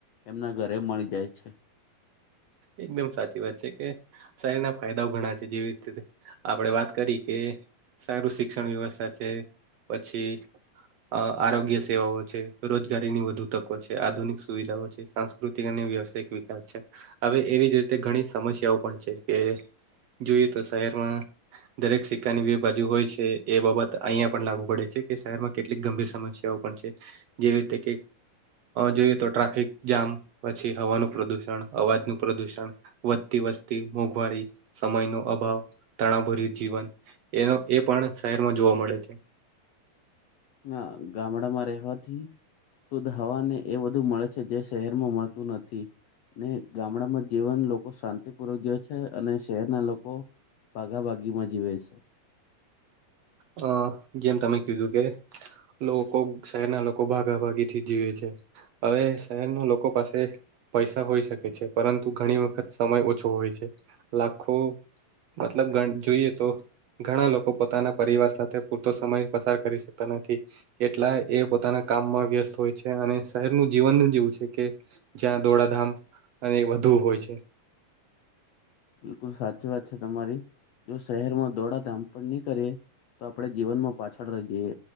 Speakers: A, on the left; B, on the right.
A: એમના ઘરે મળી જાય છે.
B: એકદમ સાચી વાત છે કે શરીરના ફાયદાઓ ઘણા છે, જેવી રીતે આપણેે વાત કરી કે સારું શિક્ષણ વ્યવસ્થા છે પછી અ આરોગ્ય સેવાઓ છે, રોજગારીની વધુ તકો છે, આધુનિક સુવિધાઓ છે સંસ્કૃતિ અને વ્યવસાયિક વિકાસ છે. હવે એવી જ રીતે ઘણી સમસ્યાઓ પણ છે કે જોઈએ તો શહેરમાં દરેક સિક્કાની બે બાજુ હોય છે એ બાબત અહિયાયા પણ લાગુ પડે છે કે શહેરમાં કેટલીક ગંભીર સમસ્યાઓ છે. જેવી રીતે જોઈએ તો ટ્રાફિક જામ પછી હવાનું પ્રદુષણ અવાજનું પ્રદૂષણ, વધતી વસ્તી, મોંઘવારી, સમય નો અભાવ, તણાભર્યું જીવન એનો એ પણ શહેરમાં જોવા મળે છે.
A: હા ગામડામાં રહેવાથી શુદ્ધ હવાને એ બધું મળે છે જે શહેરમાં મળતું નથી. ને ગામડામાં જીવન લોકો શાંતિ પૂર્વક જ છે અને શહેરના લોકો બાઘા બાગીમાં જીવે છે.
B: હ જેમ તમેક કીધું કે લોકો શહેરના લોકો ભાગાભાગીથી જીવે છે. હવે શહેરના લોકો પાસે પૈસા હોઈ શકે છે પરંતુ ઘણી વખત સમય ઓછો હોય છે. લાખો મતલબ જોઈએ તો ઘણા લોકો પોતાના પરિવાર સાથે પૂરતો સમય પસાર કરી શકતા નથી. કેટલા એ પોતાના કામમાં વ્યસ્ત હોય છે અને શહેરનું જીવન જેવું છે કે જ્યાં દોડાધામ અને વધુ હોય છે.
A: બિલકુલ સાચી વાત છે તમારી. જો શહેરમાં દોડાધામ પણ નહી કરીએ તો આપણે જીવનમાં પાછળ રહીએ.